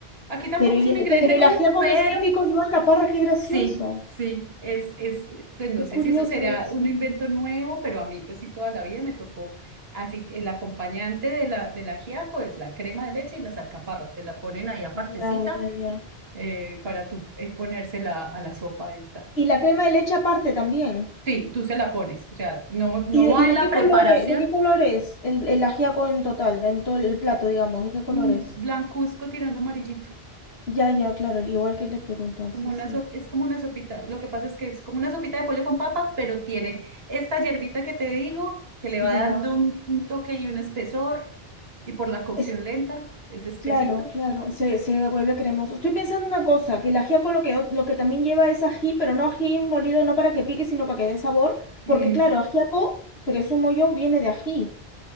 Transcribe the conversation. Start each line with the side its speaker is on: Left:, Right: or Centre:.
Right: Aquí tampoco
Left: Pero y
Right: es un
Left: el,
Right: ingrediente
Left: pero el
Right: común,
Left: ajiaco
Right: pero
Left: que es típico, yo alcaparra, qué gracioso,
Right: Sí, sí, es, es, pues no
Left: qué
Right: sé
Left: curioso
Right: si eso será
Left: eso.
Right: un invento nuevo, pero a mí pues sí toda la vida me tocó, así que el acompañante de la, del ajiaco es la crema de leche y las alcaparras, te la ponen ahí apartecita
Left: Ya, ya, ya.
Right: eh, para tú eh, ponérsela a la sopa esta.
Left: Y la crema de leche aparte también.
Right: Sí, tú se la pones, o sea, no, no
Left: ¿Y de,
Right: va
Left: y de
Right: en la
Left: qué
Right: preparación
Left: color es, de qué color es el, el ajiaco en total, en todo el plato, digamos? ¿De qué color
Right: mm,
Left: es?
Right: blancuzco tirando amarillito.
Left: Ya, ya, claro, el- igual que el de Perú entonces,
Right: Como una
Left: sí.
Right: sop- es como una sopita, lo que pasa es que es como una sopita de pollo con papa, pero tiene esta hierbita que te digo, que le
Left: Ya.
Right: va dando un, un toque y un espesor, y por la cocción
Left: Es,
Right: lenta, es espesito.
Left: claro, claro, se, se vuelve cremoso. Estoy pensando una cosa, que el ajiaco lo que, lo que también lleva es ají, pero no ají molido, no para que pique, sino para que dé sabor,
Right: Mm,
Left: porque claro, ajiaco, presumo yo, viene de ají.